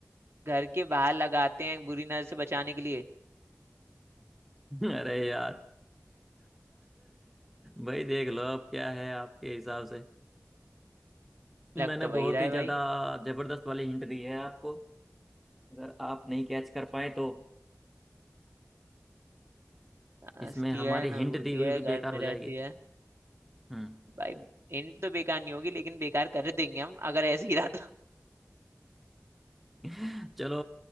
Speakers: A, on the right; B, in the centre.
A: घर के बाहर लगाते हैं बुरी नजर से बचाने के लिए
B: अरे यार भाई देख लो अब क्या है आपके हिसाब से मैंने
A: लग तो
B: बहुत
A: वही रहा
B: ही
A: है
B: ज्यादा
A: भाई
B: जबरदस्त वाली हिंट दी है आपको अगर आप नहीं कैच कर पाए तो
A: ना
B: इसमें
A: हंसती
B: हमारी
A: है ना
B: हिंट
A: रोती
B: दी हुई
A: है
B: भी
A: घर
B: बेकार
A: में
B: हो
A: रहती
B: जाएगी
A: है
B: हम्म
A: भाई हिंट तो बेकार नहीं होगी लेकिन बेकार कर देंगे हम अगर ऐसे ही रहा तो <laughs>
B: <laughs> चलो